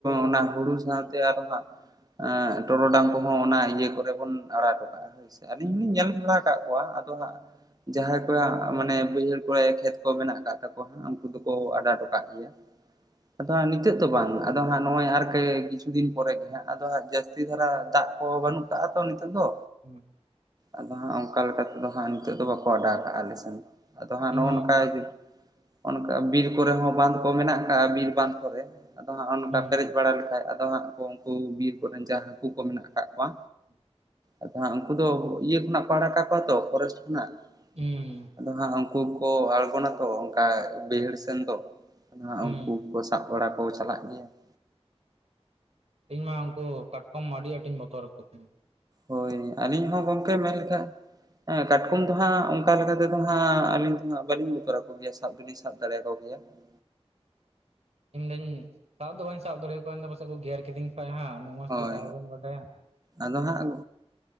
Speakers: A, on the right; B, on the right.
A: ᱚᱱᱟ ᱦᱩᱲᱩ ᱥᱟᱶᱛᱮ ᱟᱨᱚ ᱦᱟᱸᱜ, ᱟᱻ ᱴᱚᱨᱚᱰᱟᱝ ᱠᱚᱦᱚᱸ ᱚᱱᱟ ᱤᱭᱟᱹ ᱠᱚᱨᱮ ᱵᱚᱱ ᱟᱲᱟᱣ ᱦᱚᱴᱚ ᱠᱟᱜ-ᱟ᱾ ᱟᱹᱞᱤᱧ ᱞᱤᱧ ᱧᱮᱞ ᱵᱟᱲᱟ ᱠᱟᱜ ᱠᱚᱣᱟ ᱟᱫᱚ ᱦᱟᱸᱜ ᱡᱟᱦᱟᱸᱭ ᱠᱚᱭᱟᱜ ᱢᱟᱱᱮ ᱵᱟᱹᱭᱦᱟᱹᱲ ᱠᱚᱨᱮ ᱠᱷᱮᱛ ᱠᱚ ᱢᱮᱱᱟᱜ ᱠᱟᱜ ᱛᱟᱠᱚᱣᱟ ᱦᱟᱸᱜ, ᱩᱱᱠᱩ ᱫᱚ ᱠᱚ
B: ᱦᱩᱸ
A: ᱟᱰᱟᱰ ᱟᱠᱟᱫ ᱜᱮᱭᱟ᱾ ᱟᱫᱚ ᱦᱟᱸᱜ ᱱᱤᱛᱳᱜ ᱫᱚ ᱵᱟᱝ᱾ ᱟᱫᱚ ᱦᱟᱸᱜ ᱱᱚᱜᱼᱚᱭ ᱟᱨᱠᱤ ᱠᱤᱪᱷᱩ ᱫᱤᱱ ᱯᱚᱨᱮᱜᱮ ᱜᱮ ᱦᱟᱸᱜ ᱟᱫᱚ ᱦᱟᱸᱜ ᱡᱟᱹᱥᱛ ᱛᱤ ᱫᱷᱟᱨᱟ ᱫᱟᱜ ᱠᱚ ᱵᱟᱹᱱᱩᱜ ᱠᱟᱜᱼᱟ ᱛᱚ ᱱᱤᱛᱚᱜ ᱫᱚ᱾
B: ᱦᱩᱸᱻ
A: ᱟᱫᱚ ᱦᱟᱸᱜ ᱚᱝᱠᱟ ᱞᱮᱠᱟ ᱛᱮᱫᱚ ᱦᱟᱸᱜ ᱱᱤᱛᱚᱜ ᱫᱚ ᱵᱟᱠᱚ ᱟᱰᱟᱣ ᱠᱟᱜᱼᱟ ᱟᱞᱮ ᱥᱮᱱ ᱾ ᱟᱫᱚ ᱦᱟᱸᱜ
B: ᱤᱧᱢᱟ
A: ᱱᱚᱜᱼᱚ ᱱᱚᱝᱠᱟ ᱡᱩ ᱚᱱᱠᱟ ᱵᱤᱨ ᱠᱚᱨᱮ ᱦᱚᱸ ᱵᱟᱸᱫ ᱠᱚ ᱢᱮᱱᱟᱜ ᱠᱟᱜ-ᱟ ᱵᱤᱨ ᱵᱟᱸᱫ ᱠᱚᱨᱮ ᱟᱫᱚ ᱦᱟᱸᱜ ᱚᱱᱠᱟ
B: ᱦᱩᱸ
A: ᱯᱮᱨᱮᱡ ᱵᱟᱲᱟ ᱞᱮᱠᱷᱟᱡ ᱟᱫᱚ ᱟᱫᱚ ᱦᱟᱸᱜ ᱠᱚ ᱩᱱᱠᱩ ᱵᱤᱨ ᱠᱚᱨᱮᱱ ᱡᱟᱦᱟᱸ ᱦᱟᱠᱩ ᱠᱚ ᱢᱮᱱᱟᱜ ᱟᱠᱟᱫ ᱠᱚᱣᱟ᱾
B: <inaudible>
A: ᱟᱫᱚ ᱦᱟᱸᱜ ᱩᱱᱠᱩ ᱫᱚ ᱤᱭᱟᱹ ᱠᱷᱚᱱᱟᱜ ᱠᱚ ᱟᱲᱟᱜ ᱠᱟᱜ ᱠᱚᱣᱟ ᱛᱚ ᱯᱷᱚᱨᱮᱥᱴ ᱠᱷᱚᱱᱟᱜ᱾
B: ᱦᱩᱸᱻ,
A: ᱟᱫᱚ ᱦᱟᱸᱜ ᱩᱱᱠᱩ ᱠᱚ ᱟᱬᱜᱚᱱᱟ ᱛᱚ ᱚᱱᱠᱟ ᱵᱟᱹᱭᱦᱟᱹᱲ ᱥᱮᱱ ᱫᱚ᱾ ᱦᱟᱸᱜ
B: ᱦᱩᱸ
A: ᱩᱱᱠᱩ ᱠᱚ ᱥᱟᱵ ᱵᱟᱲᱟ ᱠᱚ ᱪᱟᱞᱟᱜ ᱜᱮᱭᱟ ᱾
B: ᱤᱧ ᱢᱟ ᱩᱱᱠᱩ ᱠᱟᱴᱠᱚᱢ ᱟᱹᱰᱤ ᱟᱸᱴᱤᱧ ᱵᱚᱛᱚᱨ ᱟᱠᱚ ᱛᱟᱦᱮᱸ᱾
A: ᱦᱳᱭ ᱟᱹᱞᱤᱧ ᱦᱚᱸ ᱜᱚᱝᱠᱮ ᱢᱮᱱ ᱞᱮᱠᱷᱟᱡ ᱦᱮᱸ ᱠᱟᱴᱠᱚᱢ ᱫᱚ ᱦᱟᱸᱜ ᱚᱱᱠᱟ ᱞᱮᱠᱟ ᱛᱮᱫᱚ ᱦᱟᱸᱜ ᱟᱹᱞᱤᱧ ᱫᱚ ᱦᱟᱸᱜ ᱵᱟᱹᱞᱤᱧ ᱵᱚᱛᱚᱨᱟ ᱠᱚᱜᱮᱭᱟ ᱥᱮ᱾ ᱥᱟᱵ ᱫᱚᱞᱤᱧ ᱥᱟᱵ ᱫᱟᱲᱮᱭᱟᱠᱚ ᱜᱮᱭᱟ ᱾ <unintelligible>
B: ᱤᱧ ᱫᱚᱧ ᱥᱟᱵ ᱫᱚ ᱵᱟᱹᱧ ᱥᱟᱵ ᱫᱟᱲᱮᱭᱟ ᱠᱚᱣᱟ ᱤᱧ ᱫᱚ ᱯᱟᱥᱮᱡ ᱠᱚ ᱜᱮᱨ ᱠᱤᱫᱤᱧ ᱠᱷᱟᱡ ᱦᱟᱸᱜ ᱩᱱᱟᱹᱜ ᱢᱚᱡᱽ
A: ᱦᱳᱭ
B: ᱛᱮ ᱥᱟᱵ ᱦᱚᱸ ᱵᱟᱹᱧ ᱵᱟᱰᱟᱭᱟ ᱾
A: ᱟᱫᱚ ᱦᱟᱸᱜ,